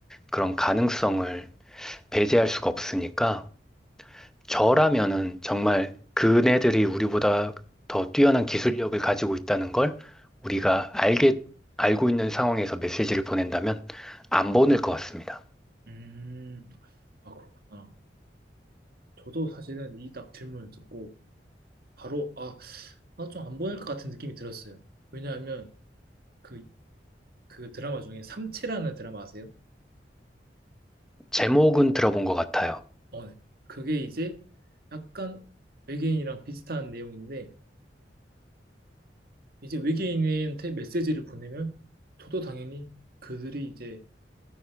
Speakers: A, in the centre; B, on the right.
A: 그런 가능성을 배제할 수가 없으니까 저라면은 정말 그네들이 우리보다 더 뛰어난 기술력을 가지고 있다는 걸 우리가 알게, 알고 있는 상황에서 메시지를 보낸다면 안 보낼 것 같습니다.
B: 음, 아, 그렇구나. 저도 사실은 이 딱 질문을 듣고 바로, 아, 아, 좀 안 보낼 것 같은 느낌이 들었어요. 왜냐하면 그, 그 드라마 중에 삼체라는 드라마 아세요?
A: 제목은 들어본 것 같아요.
B: 어, 네. 그게 이제 약간 외계인이랑 비슷한 내용인데 이제 외계인한테 메시지를 보내면 저도 당연히 그들이 이제